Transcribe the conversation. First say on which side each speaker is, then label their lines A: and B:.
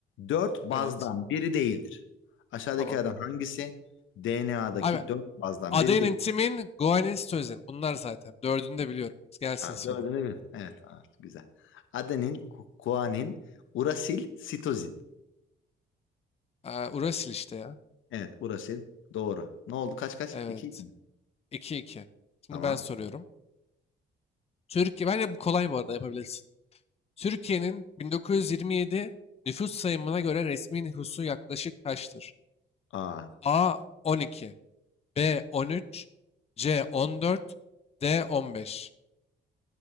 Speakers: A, on the left; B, on the left.
A: dört bazdan
B: Evet.
A: biri değildir. Aşağıdakilerden
B: Tamam.
A: hangisi DNA'daki
B: Abi
A: dört bazdan
B: Aden'in
A: biri değil?
B: timin Goen'in Stözen. Bunlar zaten. Dördünü de biliyorum. Gelsin
A: Ha,
B: soru.
A: dördünü bil. Evet, ha, güzel. Adenin, ku- kuanin, urasil, sitozin.
B: Ee, Urasil işte ya.
A: Evet, urasil. Doğru. Ne oldu? Kaç kaç?
B: Evet.
A: İki. iki mi?
B: 2 iki. Şimdi
A: Tamam.
B: ben soruyorum. Türkiye. Bence bu kolay bu arada yapabilirsin. Türkiye'nin 1927 nüfus sayımına göre resmi nüfusu yaklaşık kaçtır?
A: Aa,
B: A 12, B 13, C 14, D 15.